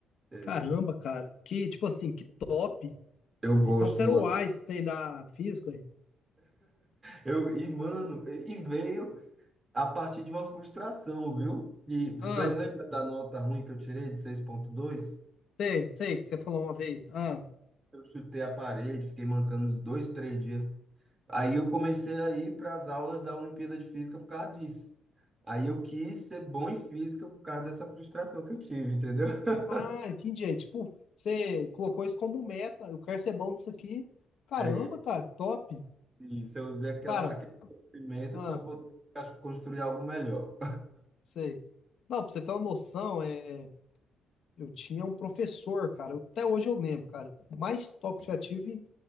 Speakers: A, on the right; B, on the left.
A: É,
B: caramba, cara. Que tipo assim, que top.
A: eu gosto,
B: Então você era
A: mano.
B: o Einstein
A: <laughs>
B: da física,
A: Eu, e, mano, e e veio. a partir de uma frustração, viu? E você
B: hein?
A: lembra da nota ruim que eu tirei de seis ponto dois?
B: Sei, sei que você falou uma vez. Ah,
A: Eu chutei a parede, fiquei mancando uns dois, três dias. Aí eu comecei a ir para as aulas da Olimpíada de Física por causa disso. Aí eu quis ser bom em física por causa dessa frustração que eu tive, entendeu? <laughs>
B: ah, entendi. É, tipo, você colocou isso como meta. Eu quero ser bom nisso aqui. Caramba,
A: É,
B: cara, que top.
A: isso, eu usei aquela,
B: Cara,
A: aquele sofrimento
B: ah,
A: para poder construir algo melhor.
B: sei. Não, pra você ter uma noção, é, eu tinha um professor, cara. eu- Até hoje eu lembro, cara. O mais top que eu já tive